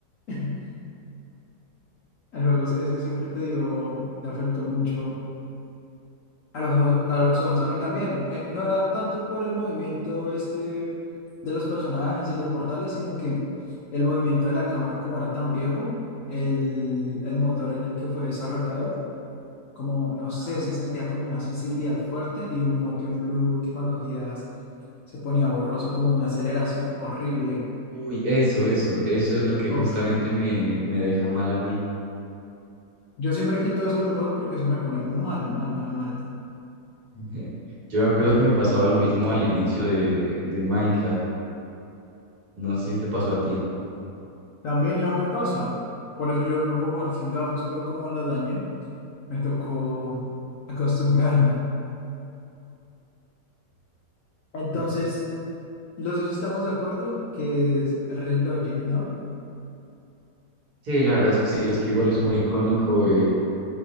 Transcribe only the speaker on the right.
Ah.
Uy, eso, eso, eso es lo que
justamente me, me deja mal a mí.
Ujú. <laughs> Yo me acuerdo que me pasaba lo mismo al inicio de, de Minecraft. No sé si te pasó a ti.
Ujú.
Sí, la verdad es que sí, es que igual es muy icónico